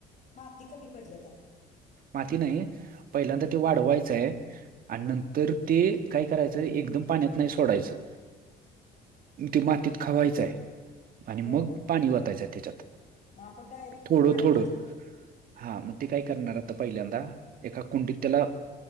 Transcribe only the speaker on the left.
माती कमी पडलीया त्याला.
बर
मग आपण डायरेक्ट
ते पाण्यात
टाकलं होतं ते